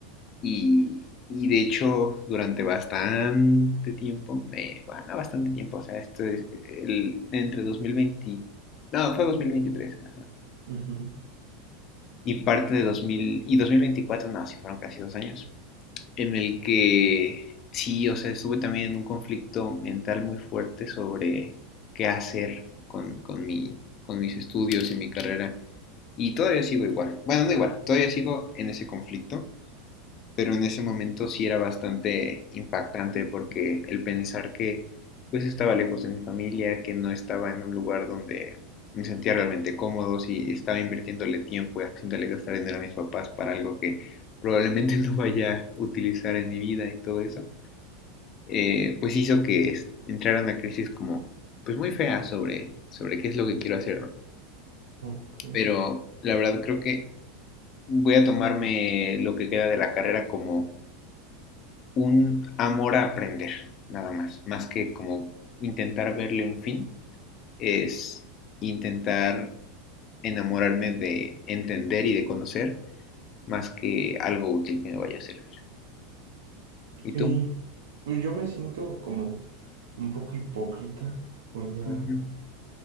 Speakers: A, on the left (about 45°); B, on the right (about 75°).
A: Y, y de hecho, durante bastante tiempo, me, bueno, bastante tiempo, o sea, esto es el, entre 2020, no, fue 2023, ajá.
B: Ujú.
A: Y parte de 2000 y 2024, no, sí fueron casi dos años en el que sí, o sea, estuve también en un conflicto mental muy fuerte sobre qué hacer con, con, mi, con mis estudios y mi carrera. Y todavía sigo igual. Bueno, no igual, todavía sigo en ese conflicto pero en ese momento sí era bastante impactante porque el pensar que pues estaba lejos de mi familia, que no estaba en un lugar donde me sentía realmente cómodo, si estaba invirtiéndole tiempo y haciéndole gastar dinero a mis papás para algo que probablemente <laughs> no vaya a utilizar en mi vida y todo eso, eh, pues hizo que entrara una crisis como pues muy fea sobre, sobre qué es lo que quiero hacer, ¿no?
B: Ok.
A: Pero la verdad creo que voy a tomarme lo que queda de la carrera como un amor a aprender, nada más, más que como intentar verle un fin, es intentar enamorarme de entender y de conocer más que algo útil que me vaya a servir. ¿Y
B: Sí.
A: tú?
B: Pues yo me siento como un poco hipócrita. O sea,
A: Ujú.